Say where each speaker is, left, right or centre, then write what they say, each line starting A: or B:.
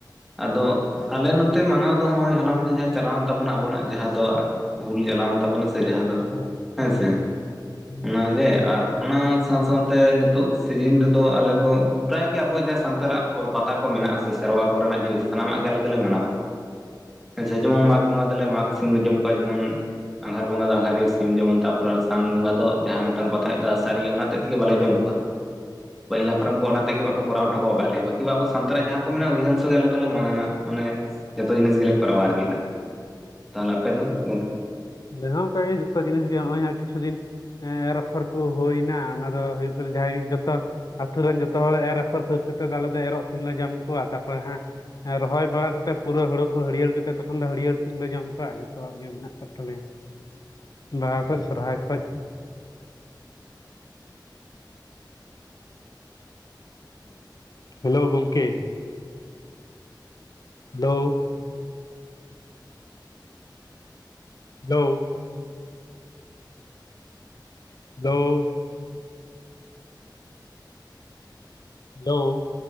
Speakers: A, in the centre; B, on the left.
A: ᱟᱫᱚ ᱟᱞᱮ ᱱᱚᱛᱮ ᱢᱟᱱᱟᱣ ᱫᱚ ᱱᱚᱜᱼᱚᱭ ᱦᱚᱞᱟ ᱢᱟᱫᱮ ᱡᱟᱦᱟᱸ ᱪᱟᱞᱟᱣᱮᱱ ᱛᱟᱵᱚᱱᱟ ᱟᱵᱚᱱᱟᱜ ᱡᱟᱦᱟᱸ ᱫᱚ ᱦᱩᱞ ᱪᱟᱞᱟᱣᱮᱱ ᱛᱟᱵᱚᱱᱟ ᱥᱮ ᱡᱟᱦᱟᱸ ᱫᱚ
B: ᱚ
A: ᱦᱮᱸ ᱥᱮ
B: ᱦᱩᱸ
A: ᱚᱱᱟᱜᱮ
B: ᱦᱩᱸ
A: ᱟᱨ ᱚᱱᱟ ᱥᱟᱶ ᱥᱟᱶᱛᱮ ᱱᱤᱛᱚᱜ ᱥᱤᱡᱤᱱ ᱨᱮᱫᱚ ᱟᱞᱮ ᱫᱚ ᱯᱨᱟᱭ ᱜᱮ ᱟᱵᱚᱣᱟᱜ ᱡᱟᱦᱟᱸ ᱥᱟᱱᱛᱟᱲᱟᱜ ᱯᱨᱚ ᱯᱟᱛᱟ ᱠᱚ ᱢᱮᱱᱟᱜᱼᱟ ᱥᱮᱨᱣᱟ ᱠᱚ ᱠᱚᱨᱮᱱᱟᱜ ᱡᱤᱱᱤᱥ ᱥᱟᱱᱟᱢᱟᱜ ᱜᱮ ᱟᱞᱮ ᱫᱚᱞᱮ ᱢᱟᱱᱟᱣᱟ ᱦᱮᱸᱥᱮ ᱡᱮᱢᱚᱱ ᱢᱟᱜᱽ ᱵᱚᱸᱜᱟ ᱫᱚᱞᱮ ᱢᱟᱜᱽ ᱥᱤᱢ ᱞᱮ ᱡᱚᱢ ᱠᱚᱣᱟ ᱡᱮᱢᱚᱱ ᱟᱜᱷᱟᱷᱟᱨ ᱵᱚᱸᱜᱟ ᱫᱚ ᱟᱸᱜᱷᱟᱨ ᱥᱤᱢ ᱡᱮᱢᱚᱱ ᱛᱟᱨᱯᱚᱨᱮ ᱥᱟᱱ ᱵᱚᱸᱜᱟ ᱫᱚ ᱡᱟᱦᱟᱸ ᱢᱤᱫᱴᱟᱝ ᱯᱟᱛᱷᱟᱭᱫᱟ ᱟᱥᱟᱨᱤᱭᱟᱹ ᱚᱱᱟ ᱛᱮᱫ ᱛᱮᱜᱮ ᱵᱟᱞᱮ ᱡᱚᱢ ᱠᱚᱣᱟ ᱾ ᱯᱟᱹᱦᱤᱞ ᱦᱟᱯᱲᱟᱢ ᱠᱚ ᱚᱱᱟᱛᱮᱜᱮ ᱵᱟᱠᱚ ᱠᱚᱨᱟᱣ ᱦᱚᱴᱚ ᱟᱠᱟᱫ ᱞᱮᱭᱟ ᱵᱟᱹᱠᱤ ᱵᱟ ᱟᱵᱚ ᱥᱟᱱᱛᱟᱲ ᱡᱟᱦᱟᱸ ᱠᱚ ᱢᱮᱱᱟᱜᱼᱟ ᱚᱫᱷᱤᱷᱟᱝᱥ ᱡᱚᱛᱚ ᱜᱮ ᱟᱞᱮ ᱫᱚᱞᱮ ᱢᱟ ᱢᱟᱱᱮ ᱡᱚᱛᱚ ᱡᱤᱱᱤᱥ ᱜᱮᱞᱮ ᱠᱚᱨᱟᱣᱟ ᱟᱨᱠᱤ ᱱᱟ ᱛᱟᱦᱚᱞᱮ ᱟᱯᱮ ᱫᱚ ᱜᱚᱢᱠᱮ?
B: ᱟᱞᱮ ᱦᱚᱸ ᱚᱱᱠᱟ ᱜᱮ ᱡᱚᱛᱚ ᱡᱤᱱᱤᱥ ᱜᱮ ᱱᱚᱜᱼᱚᱭ ᱦᱟᱜ ᱠᱤᱪᱷᱩ ᱫᱤᱱ ᱨᱚᱯᱷᱚᱨ ᱠᱚ ᱦᱩᱭᱱᱟ ᱚᱱᱟ ᱫᱚ ᱦᱩᱭᱩᱜ ᱠᱟᱱᱟ ᱡᱟᱦᱟᱸᱭ ᱜᱮ ᱡᱚᱛᱚ ᱟᱛᱳ ᱨᱮᱱ ᱡᱚᱛᱚ ᱦᱚᱲ ᱮᱨ ᱟᱯᱷᱚᱨ ᱥᱟᱹᱛ ᱠᱟᱛᱮᱫ ᱟᱞᱮ ᱫᱚ ᱮᱨᱚᱜ ᱥᱤᱢᱞᱮ ᱧᱚᱢ ᱠᱚᱣᱟ ᱛᱟᱨᱯᱚᱨᱮ ᱦᱟᱸᱜ ᱨᱚᱦᱚᱭ ᱵᱟᱲᱟ ᱠᱟᱛᱮ ᱯᱩᱨᱟᱹ ᱦᱩᱲᱩ ᱠᱚ ᱦᱟᱹᱨᱭᱟᱹᱲ ᱠᱟᱛᱮ ᱛᱚᱠᱷᱚᱱ ᱫᱚ ᱦᱟᱹᱨᱭᱟᱹᱲ ᱥᱤᱢ ᱞᱮ ᱡᱚᱢ ᱠᱚᱣᱟ ᱡᱚᱛᱚᱣᱟᱜ ᱜᱮ ᱢᱮᱱᱟᱜ ᱠᱚᱫᱣᱟ ᱛᱟᱞᱮ ᱵᱟᱦᱟ ᱠᱷᱚᱡᱽ ᱥᱚᱨᱦᱟᱭ ᱠᱷᱡ ᱦᱮᱞᱳ ᱜᱚᱢᱠᱮ ᱦᱮᱞᱳ ᱦᱮᱞᱳ ᱦᱮᱞᱳ ᱦᱮᱞᱳ